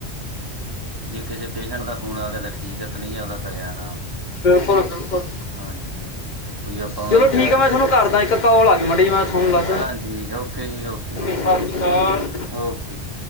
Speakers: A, on the right (about 25°); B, on the left (about 50°).
A: ਜੇ ਕਿਸੇ ਪੇਸ਼ੈਂਟ ਦਾ ਫੋਨ ਆ ਗਿਆ ਤਾਂ ਠੀਕ ਹੈ ਤੇ ਨਹੀਂ ਹੈਗਾ ਤੇ ਪਏ ਆਰਾਮ ਨਾਲ।
B: ਬਿਲਕੁਲ ਬਿਲਕੁਲ
A: ਹਾਂਜੀ-ਹਾਂਜੀ ਕੋਈ ਆਪਾਂ ਨੂੰ
B: ਚਲੋ
A: ਏਡਾ।
B: ਠੀਕ ਆ ਮੈਂ ਤੁਹਾਨੂੰ ਕਰਦਾ ਇੱਕ ਕੌਲ ਆ ਗਈ। <unintelligible>
A: ਹਾਂਜੀ ਓਕੇ ਜੀ ਓਕੇ ਓਕੇ
B: ਸਤਿ
A: ਓਕੇ
B: ਸ਼੍ਰੀ ਅਕਾਲ
A: ਓਕੇ ਜੀ।